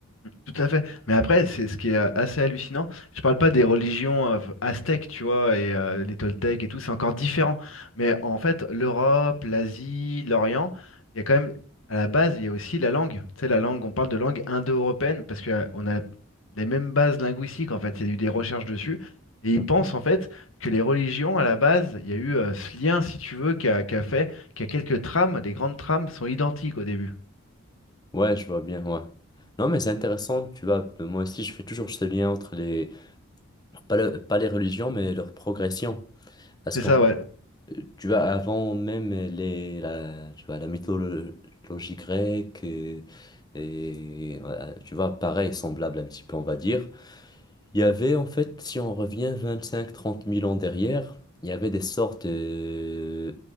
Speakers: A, on the left (about 60°); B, on the left (about 20°).
A: Tout à fait. Mais après, c'est ce qui est euh, assez hallucinant. Je parle pas des religions euh, aztèques, tu vois, et euh, les Toltèques et tout, c'est encore différent. Mais en fait, l'Europe, l'Asie, l'Orient, il y a quand même, à la base, il y a aussi la langue. Tu sais, la langue, on parle de langue indo-européenne parce que euh, on a les mêmes bases linguistiques, en fait. Il y a eu des recherches dessus. Et ils
B: Mm.
A: pensent, en fait, que les religions, à la base, il y a eu euh, ce lien, si tu veux, qui a, qui a fait qu'à quelques trames, les grandes trames sont identiques au début.
B: Ouais, je vois bien, ouais. Non, mais c'est intéressant, tu vois. Moi aussi, je fais toujours ce lien entre les, pas, le- pas les religions, mais leur progression. Parce
A: C'est
B: qu'en
A: ça,
B: fait,
A: ouais.
B: euh, tu vois, avant même les, la, tu vois, la mythologie grecque, et, et, euh, tu vois, pareil, semblable un petit peu, on va dire. Il y avait en fait, si on revient vingt-cinq trente mille ans derrière, il y avait des sortes euh,